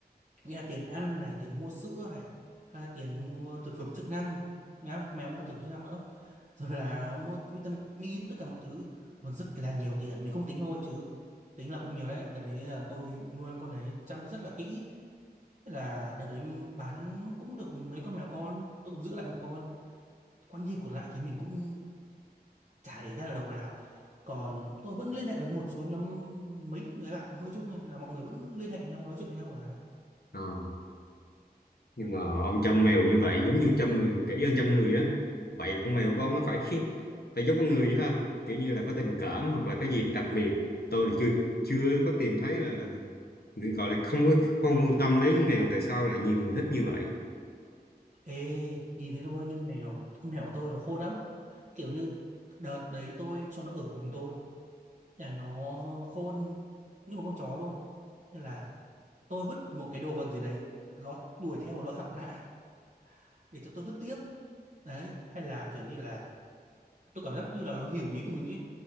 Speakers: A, on the right; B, on the left.
A: nghĩa là tiền ăn này tiền mua sữa này hay là tiền mua thực phẩm chức năng Nghe không? mèo mua thực phẩm chức năng nữa rồi là mua vitamin tất cả mọi thứ nó rất là nhiều tiền mình không tính thôi chứ tính là cũng nhiều đấy đợt đấy là tôi nuôi con đấy chăm rất là kỹ thế là đợt đấy bán cũng được mấy con mèo con tôi cũng giữ lại một con quan nhiên còn lại thì mình cũng chả để ra được đồng nào còn tôi vẫn liên hệ với một số nhóm mấy người bạn nuôi chung ấy, là mọi người vẫn liên hệ với nhau nói chuyện với nhau mà
B: à. nhưng mà ông chăm mèo như vậy giống như chăm người kỹ hơn chăm người á vậy con mèo của ông nó phải <laughs> phải giống con người vậy ha kiểu như là có tình cảm hoặc là cái gì đặc biệt tôi thì chưa chưa có tìm thấy là, là, là gọi là không có không quan tâm đến mèo tại sao lại nhiều người thích như vậy
A: Ê, nhìn thế thôi nhưng mèo con mèo của tôi nó khôn lắm. Kiểu như đợt đấy tôi cho nó ở cùng tôi. Nhà nó khôn như một con chó luôn. Nên là tôi vứt một cái đồ vật gì đấy, nó đuổi theo và nó gặm lại để cho tôi vứt tiếp. Đấy, hay là kiểu như là tôi cảm giác như là nó hiểu ý của mình ấy.